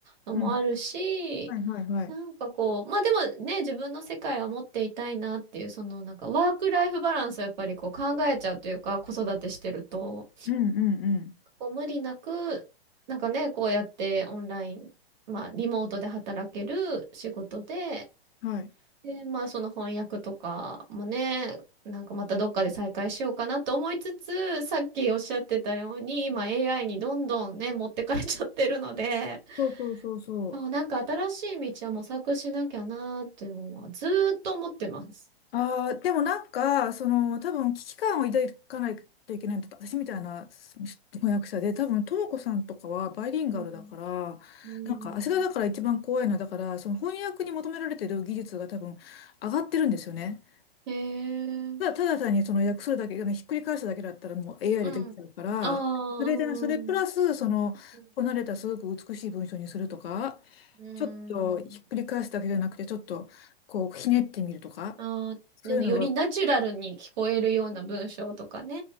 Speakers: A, on the right; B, on the left.
A: のもあるし、
B: うん。はいはいはい。
A: なんかこう、まあでもね、自分の世界は持っていたいなっていう、そのなんかワークライフバランスをやっぱりこう考えちゃうというか、子育てしてると。
B: うんうんう
A: こう無理なく、なんかね、こうやってオンライン、まあ、リモートで働ける仕事で、
B: ん。はい。
A: で、まあ、その翻訳とかもね、なんかまたどっかで再開しようかなと思いつつ、さっきおっしゃってたように、今 AI にどんどんね、持ってかれちゃってるので、
B: そうそうそうそう。
A: そうなんか新しい道は模索しなきゃなーっていうのはずーっと思ってます。
B: ああ、でもなんか、その、多分危機感を抱かないといけないんだった。私みたいな翻訳者で、多分、ともこさんとかはバイリンガルだから、
A: うん。うん。
B: なんか、私がだから一番怖いのは、だから、その翻訳に求められてる技術が多分上がってるんですよね。
A: へえ。
B: ただ、ただ単にその訳するだけ、あのひっくり返すだけだったらもう AI
A: うん。
B: でできちゃうから、
A: ああ、うん。
B: それでね、それプラス、その、
A: うん
B: こなれたすごく美しい文章にするとか、
A: うー
B: ちょっとひっくり返すだけじゃなくて、
A: ん。
B: ちょっとこう、ひねってみるとか、
A: あー、
B: そういうのが、
A: あのよりナチュラルに聞こえるような文章とかね。